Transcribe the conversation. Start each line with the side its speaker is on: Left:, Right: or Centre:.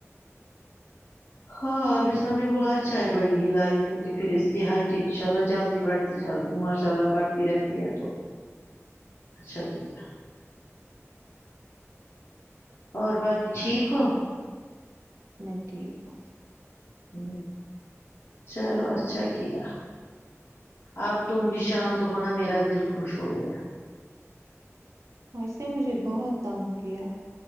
Left: ہاں اب صاح نے بولا اچھا ہے بڑی ہ لائی کیونکہ پھر اس کی ہائٹ انشاء اللہ جلدی بڑھتی جل ماشاء اللہ بڑھتی رہتی ہے تو اچھا کیا اور باقی ٹھیک ہو
Right: میں ٹھیک ہوں
Left: ہ چلو اچھا کیا اب تم بھی شانت ہونا میرا دل خوش ہو گیا
Right: ہاں اس سے مجھے بہت تانگیہ